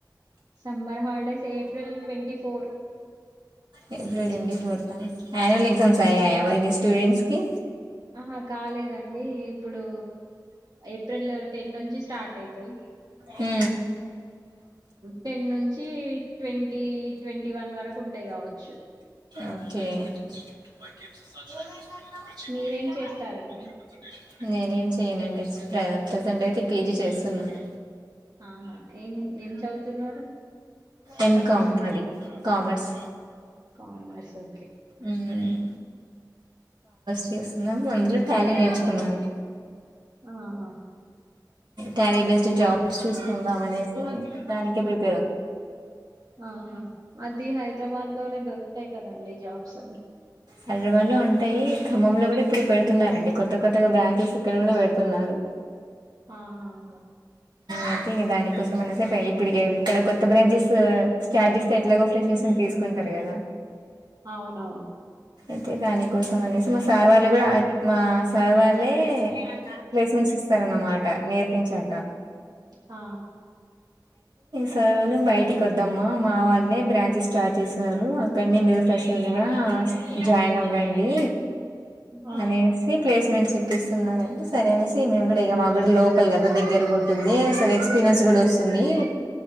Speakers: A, on the right (about 60°); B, on the right (about 80°).
A: summer holidays April twenty four
B: April twenty fourth అ అన్యువల్ ఎగ్జామ్స్ అయ్యాయా మరి మీ స్ స్టూడెంట్స్ కి
A: ఆహా కాలేదండి ఇప్పుడు ఏప్రిల్ టెన్ నుంచి స్టార్ట్ అయితాయ్
B: ఉ
A: టెన్ నుంచి ట్వంటీ ట్వంటీ వన్ వరకు ఉంటాయ్ కావచ్చు
B: ఓకే బయ కేప్స్స్ కచ్చి బ
A: మీరేం
B: పోలీ బు
A: చేస్తారండి
B: య కన్సల్టేషన్ <unintelligible> నేనేం చెయ్యనండి ప్రెసెంట్ అయితే పీజీ చేస్తున్నాను
A: ఆహా ఏం ఏం చదువుతున్నారు
B: ఎంకామ్
A: సబ్జెక్ట్
B: అండి కామర్స్
A: కామర్స్ ఓ
B: ఉమ్ చేస్తున్నాం అందులో టాలీ నేర్చుకున్నాను
A: ఆహా
B: టాలీ బెస్ట్ జా చూసుకుందాం అనేసి దానికి ప్రిపే
A: ఆహా అది హైదరాబాద్ లోనే దొరుకుతాయి కదండి. జాబ్స్
B: హైదరాబాద్ లో ఉంటాయి ఖమ్మంలో కూడా ఇప్పుడు పెడుతున్నారండి కొత్త కొత్తగా బ్రాంచెస్ ఇక్కడ కూడా పెడుతున్నారు.
A: ఆ ఆ
B: అయితే దానికోసం అనేసే ప్పడికి ఇక్కడ కొత్త బ్రాంచెస్ స్టార్జెస్ ఎట్లాగ ఫ్రెస్ తీసుకు ఒకుంటారు కదా
A: అవునవును
B: అయి దానికోసం అనేసి మా సార్ వాళ్ళు కూడా మా సార్ వాళ్ళే ప్లేస్మెంట్స్ ఇస్తారన్నమాట నేర్పించాక.
A: ఆ
B: సేవలు బయటికి వద్దమ్మా మా వాళ్ళే బ్రాంచెస్ స్టార్ట్ చేస్తున్నారు అక్కని మీరు తసేజ జాయిన్ అవ్వండి
A: ఆ
B: అనేసి ప్లేస్మెంట్ప్ పిస్తున్నారంటే సరే అనేసి మేము కూడా ఇ మా కూడా లో గాద దగ్గర ఉంటు అసలు ఎక్స్పీరియన్స్ కూడా వస్తుంది